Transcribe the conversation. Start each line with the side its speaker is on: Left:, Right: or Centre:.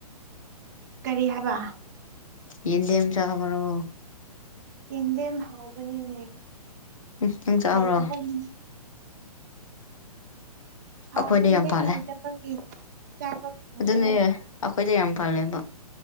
Right: ꯀꯔꯤ ꯍꯥꯏꯕ
Left: ꯌꯦꯟꯗꯦꯝ ꯆꯥꯕꯔꯣ
Right: ꯌꯦꯟꯗꯦꯝ ꯍꯥꯎꯕꯅꯤꯅꯦ
Left: ꯎꯝ ꯅꯪ ꯆꯥꯕꯔꯣ
Right: ꯂꯩꯇꯕꯒꯤꯅꯦ ꯍꯥꯎꯕꯅꯦ
Left: ꯑꯩꯈꯣꯏꯗ ꯌꯥꯝ ꯄꯥꯜꯂꯦ
Right: <unintelligible> ꯆꯥꯕ ꯐꯪꯗꯦ
Left: ꯑꯗꯨꯅꯦ ꯑꯩꯈꯣꯏꯗ ꯌꯥꯝ ꯄꯥꯜꯂꯦꯕ